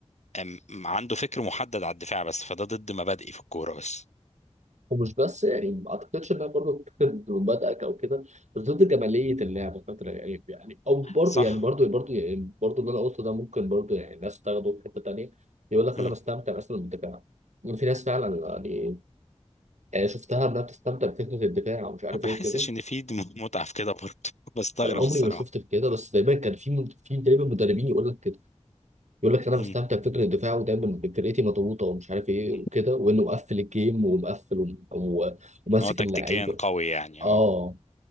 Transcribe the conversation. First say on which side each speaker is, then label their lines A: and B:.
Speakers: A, on the left; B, on the right.
A: أم- عنده فكر محدد على الدفاع بس فده ضد مبادئي في الكورة بس
B: ومش بس يعني ما أعتقدش إنها برضه ضد مبادئك أو كده بس ضد جمالية اللعبة فترة يعني يعني أو برضه
A: صح
B: يعني برضه برضه يعني برضه اللي أنا قلته ده ممكن برضه يعني ناس تاخده في حتة تانية يقول لك
A: مم.
B: أنا بستمتع مثلا بالدفاع يعني في ناس فعلا يعني يعني شفتها انها بتستمتع بفكره الدفاع ومش عارف
A: ما بحسش
B: ايه وكده
A: ان في دم- <laughs> متعة في كده برضه <laughs> بستغرب
B: انا عمري
A: الصراحة
B: ما شفت في كده بس دايما كان في من- في دايما مدربين يقول لك كده يقول لك انا بستمتع
A: مم.
B: بفكره الدفاع ودايما فرقتي مضغوطه ومش عارف ايه
A: مم.
B: وكده وانه مقفل الجيم ومقفل وم- و- وماسك
A: هو تكتيكيا
B: اللعيبه
A: قوي يعني
B: اه
A: اه